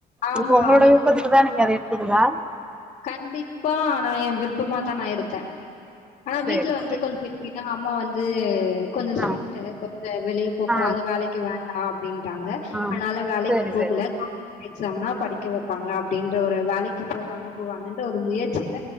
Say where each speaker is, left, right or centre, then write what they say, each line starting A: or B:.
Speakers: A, on the left; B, in the centre.
A: ஆமா
B: இப்ப உங்களோட
A: அவங்களுக்கு
B: விருப்பத்துக்கு தான் நீங்க அத எடுத்திங்களா
A: கண்டிப்பா நா யேன் விருப்பமாதா நா எடுத்தே ஆனா
B: சேரி
A: வீட்ல வந்து
B: சேரி
A: கொஞ்ச எப்டினா அம்மா வந் து கொஞ்ச ஸ்ட்ரிட்டு
B: ஆ
A: கொஞ்ச வெளிய போக்
B: ஆ
A: கூடாது வேலக்கி வேண்டா அப்டின் ட்டாங்க
B: ஆ
A: அதனால வேலைக்கி
B: சேரி
A: போகல
B: சேரி
A: <inaudible> எக்ஸாம்னா படிக்க வெப்பாங்க அப்டின்ற ஒரு வேலக்கி போக அனுப் புவாங்கன்ற ஒரு முயற்சில